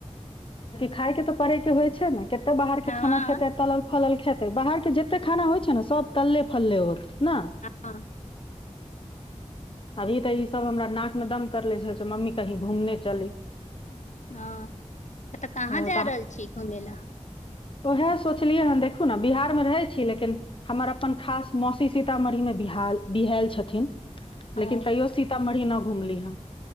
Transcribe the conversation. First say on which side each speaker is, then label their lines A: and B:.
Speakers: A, on the left (about 45°); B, on the left (about 70°).
A: खायके तऽ पड़े के होइ छै ने क तऽ बाहर के
B: हँ
A: खाना खेै तल फल खेतै बाहर के जते खाना होइ छै ने सब तले फले होत ना
B: हँ
A: अभी तऽ ई सब हमरा नाक दम करले छै मम्मी कहीं घूमने चली
B: हँ तऽ
A: ओ
B: कहाँ जा रहल छी घूमय लए
A: ओएहे सोचलियै हन देखु ने बिहार मे रहे छी लेकिन हमर अपन खास मौसी सीतामढ़ी मे बिह बिहल छथि
B: ओ
A: लेकिन तैयो सीतामढ़ी न घुमली हम